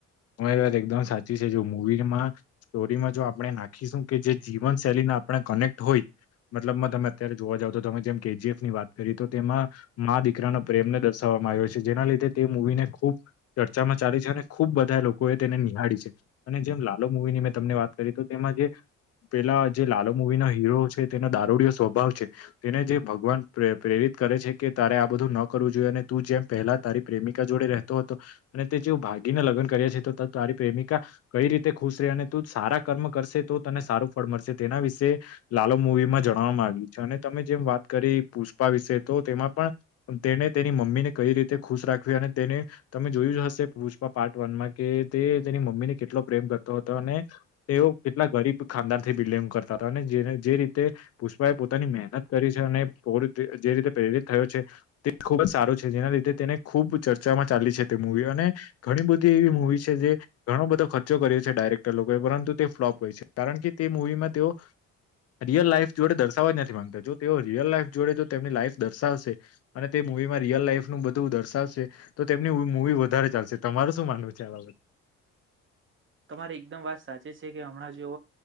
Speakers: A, on the left; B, on the right.
A: હું એ વાત એકદમ સાચી છે જો મુવીમાં સ્ટોરીમાં જો આપણે નાખીશું કે જે જીવન શૈલીનું આપણે કનેક્ટ હોય મતલબમાં તમે અત્યારે જોવા જાવ તો તમે જેમ કેજીએફ ની વાત કરી તો તેમાં મા દીકરાનો પ્રેમને દર્શાવ છે જેના લીધે તે મવીને ખૂબ ચર્ચામાં ચાલી છે અને ખૂબા બ લોકો એ તેને નિહાળી છે અને જેમ લાલ મુવીની મેં તમને વાત કરી તો તેમાં જે પેલા જે લાલ મુવી ના હીરો છે તેના દારૂડયો સ્વભાવ છે તેને જે ભગવાન પ્રેરિત કરે છે કે તારે આ બધું ન કરવું જોઈએ અને તું જે પહેલા તારી પ્રેમિકા જોડે રહેતો હતો અને તે જેવું ભાગીને લગ્ન તો તારી પ્રેમિકા કઈ રીતે ખુશ રહે અને તું સારા કર્મ કરશે તો તને સારું ફળ મળશે તે એ વિશે લાલો મવી માં જણાવવા માંગ્યું છે અને તમે જેમ વાત કરી પુષ્પા વિશે તો તેમાં પણ તેને તેની મમ્મી ને કઈ રીતે ખુશ રાખવી અને તેને તમે જોયું હશે પુષ્પા પા કે તેની મમ્મીને કેટલો પ્રેમ કરતો હતો અને તેઓ કેટલા ગરીબ ખાનદાન થી બિ કરતા હતા જે રીતે પુષ્પા એ પોતાની મહેનત કરી છે અને જે રીતે પ્રેરિત થ છે તે ખૂબ જ સારો છે જેના લીધે તેને ખૂબ ચર્ચામાં ચાલી છે તે મવી અને ઘણી બધી વી મુવી છે જે ઘણો બધો ખર્ચો કર્યો છે ડાયરેક્ટર લોકોએ પરંતુ તે ફ્લોપ ગઈ છે કારણ કે તે મુવી માં તેઓ રિયલ લાઈફ જોડે દર્શાવવા જ નથી માંગતા જો તેઓ રીયલ લાઈફ જોડે જો તેમની લાઈફ દર્શાવશે અને તે મુવી માં રિયલ લાઈફ નું બધું દર્શાવશે તો તેમની મુવી વધારે ચાલશે તમારું શું માનવું છે આ બાબત?
B: તમારી એકદમ વાત સાચી છે કે હમણાં જેઓ